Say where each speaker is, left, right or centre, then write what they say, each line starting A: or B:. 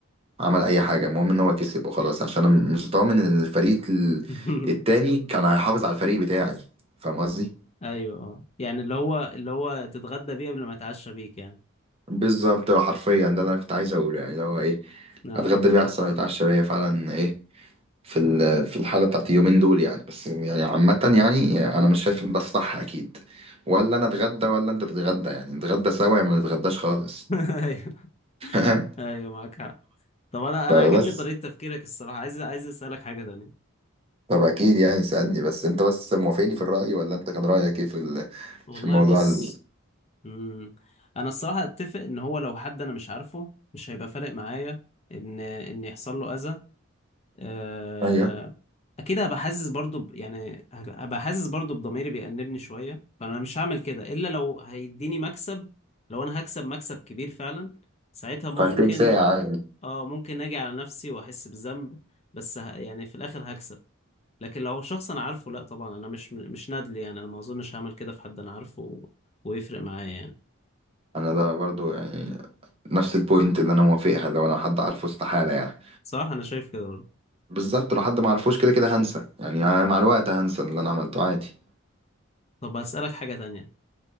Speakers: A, on the right (about 30°); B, on the left (about 30°).
A: عمل اي حاجه المهم ان هو كسب وخلاص عشان انا مش ضامن ان الفريق ال-
B: <laughs>
A: التاني كان هيحافظ على الفريق بتاعي فاهم قصدي
B: ايوه اه يعني اللي هو اللي هو تتغدى بيه قبل ما يتعشى بيك يعني
A: بالظبط هو حرفيا ده اللي انا كنت عايز اقوله يعني اللي هو ايه
B: اه
A: اتغدى بيه احسن ما اتعشى بيه فعلا ايه في ال- في الحالة بتاعت اليومين دول يعني بس يعني عامة يعني أنا مش شايف إن ده الصح أكيد ولا أنا أتغدى ولا أنت تتغدى يعني نتغدى سوا يا ما نتغداش خالص
B: <laughs> ايوه
A: <laughs> فاهم
B: ايوه معاك حق طب انا
A: فبس
B: انا عاجبني طريقة تفكيرك الصراحة عايز عايز اسألك حاجة تانية
A: طب أكيد يعني سألني بس أنت بس موافقني في الرأي ولا أنت كان رأيك إيه في ال-
B: والله
A: في الموضوع
B: بص
A: ال...
B: مم. انا الصراحه اتفق ان هو لو حد انا مش عارفه مش هيبقى فارق معايا ان ان يحصل له اذى آه،
A: أيوه
B: اكيد هبقى حاسس برضو ب... يعني هبقى حاسس برضو بضميري بيأنبني شويه فانا مش هعمل كده الا لو هيديني مكسب لو انا هكسب مكسب كبير فعلا ساعتها ممكن
A: فهتكون ساعة عادي
B: اه ممكن اجي على نفسي واحس بذنب بس ه... يعني في الاخر هكسب لكن لو شخص انا عارفه لا طبعا انا مش مش نادل يعني انا ما اظنش هعمل كده في حد انا عارفه و... ويفرق معايا يعني
A: أنا ده برضو يعني نفس البوينت اللي أنا موافقها لو أنا حد عارفه استحالة يعني
B: صح انا شايف كده برضه
A: بالظبط لو حد ما عرفوش كده كده هنسى يعني أنا مع الوقت هنسى اللي أنا عملته عادي
B: طب اسالك حاجه تانية